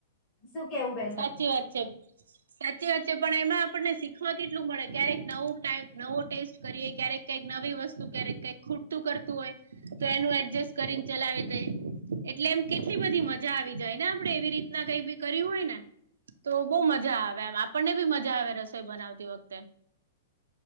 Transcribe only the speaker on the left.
શું કેવું બે